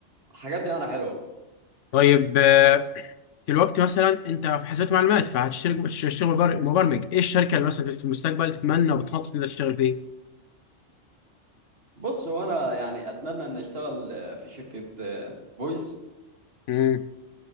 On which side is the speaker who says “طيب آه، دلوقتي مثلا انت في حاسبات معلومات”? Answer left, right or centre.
Left